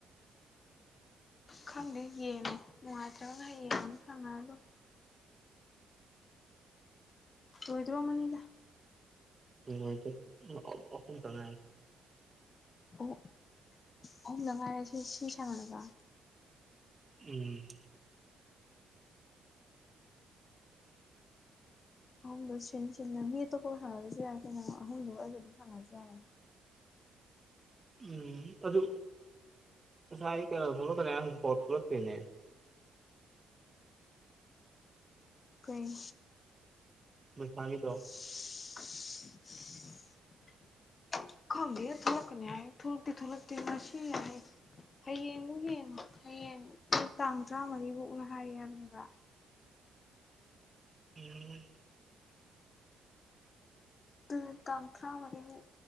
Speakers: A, on the left; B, on the right.
A: ꯈꯪꯗꯦ ꯌꯦꯡꯉꯣ ꯅꯨꯡꯉꯥꯏꯇ꯭ꯔꯒꯅ ꯍꯌꯦꯡ ꯑꯃꯨꯛ ꯁꯥꯅꯔ ꯂꯣꯏ ꯂꯣꯏꯗꯣꯔꯝꯃꯅꯤꯗ
B: ꯂꯣꯏꯗꯧꯔꯦ ꯑꯍꯨꯝ ꯑꯍꯨꯝꯇꯪ ꯉꯥꯏꯔꯦ
A: ꯑꯣ ꯑꯍꯨꯝꯗꯪ ꯉꯥꯏꯔꯦ ꯁꯤ ꯁꯤ ꯁꯥꯟꯅꯔꯒ
B: ꯎꯝ
A: ꯑꯍꯨꯝꯗꯣ ꯁꯤꯟ ꯁꯤꯟꯗꯅ ꯃꯤ ꯑꯇꯣꯞꯄꯒ ꯁꯟꯅꯥꯕꯖꯨ ꯌꯥꯏ ꯀꯩꯅꯣ ꯑꯍꯨꯝꯗꯨꯒ ꯑꯩꯒꯥ ꯑꯗꯨꯝ ꯁꯥꯅꯔꯁꯨ ꯌꯥꯔꯦ
B: ꯎꯝ ꯑꯗꯨ ꯉꯁꯥꯏ ꯀꯩꯩꯅꯣ ꯊꯣꯛꯂꯛ ꯊꯣꯛꯂꯛꯀꯅꯤ ꯍꯥꯏꯔꯒ ꯍꯧꯖꯤꯛꯐꯥꯎ ꯊꯣꯛꯂꯛꯇꯦꯅꯦ
A: ꯀꯩ
B: ꯃꯨꯠꯄꯥꯒꯤꯗꯣ
A: <unintelligible> ꯈꯪꯗꯦ ꯊꯣꯛꯂꯛꯀꯅꯤ ꯍꯥꯏ ꯊꯣꯛꯂꯛꯇꯤ ꯊꯣꯛꯂꯛꯇꯦ ꯉꯁꯤ ꯍꯌꯦꯡ ꯍꯌꯦꯡꯃꯨꯛ ꯌꯦꯡꯉꯣ ꯍꯌꯦꯡ ꯇꯥꯡ ꯇꯔꯥꯃꯔꯤꯕꯨꯛꯅ ꯍꯥꯏ ꯍꯥꯏꯕꯅꯦꯕ
B: ꯎꯝ
A: ꯑꯗꯨꯅꯦ ꯇꯥꯡ ꯇꯔꯥꯃꯔꯤꯃꯨꯛ